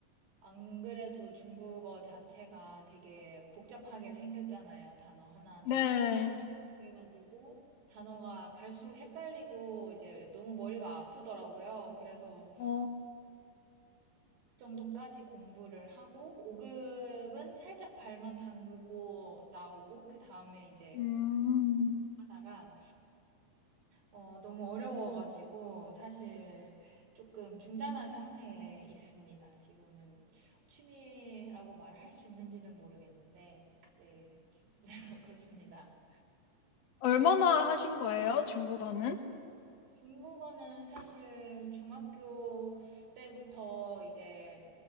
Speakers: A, on the right (about 85°); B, on the left (about 55°).
A: 안 그래도 중국어 자체가 되게 복잡하게 생겼잖아요. 단어 하나하나가.
B: 네.
A: 그래가지고 단어가 갈수록 헷갈리고 이제 너무 머리가 아프더라고요. 그래서
B: 어,
A: 정도까지 공부를 하고 5급은 살짝 발만 담그고 나오고 그 다음에 이제
B: 음,
A: 혼자 하다가 어, 너무 어려워가지고 사실 조금 중단한 상태에 있습니다. 지금은 취미라고 말을 할 수 있는지는 모르겠는데 네, <laughs> 네, 그렇습니다.
B: 얼마나 하신 거예요, 중국어는?
A: 중국어는 사실 중학교 때부터 이제